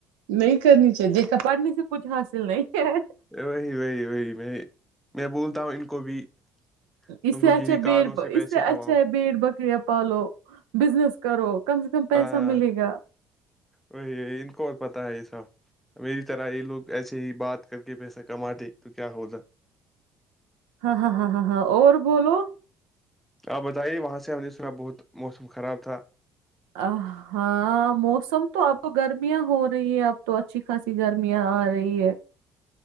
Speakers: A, on the right; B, in the centre.
A: نہیں کرنی چاہیے دیکھا پٹنے سے کچھ حاصل نہیں ہے
B: وہی وہی وہی میں میں بولتا ہوں ان کو بھی
A: اس
B: تم
A: سے
B: لوگ
A: اچھا
B: یہی کالوں
A: بی
B: پیسے
A: اس سے
B: کماؤ
A: اچھا ہے بییر بکریاں پالو بزنس کرو کم سے کم پیسہ
B: آ
A: ملے گا
B: وہی ان کو اور پتا ہے یہسا میری طرح یہ لوگ ایسے ہی بات کر کے پیسہ کماتے تو کیا ہو جا
A: ہاں ہاں ہاں ہاں ہاں اور بولو
B: آپ بتائیے وہاں سے ہم نے سنا بہت موسم خراب تھا
A: ا ہاں موسم تو اب گرمیاں ہو رہی ہے اب تو اچھی خاصی گرمیاں آ رہی ہے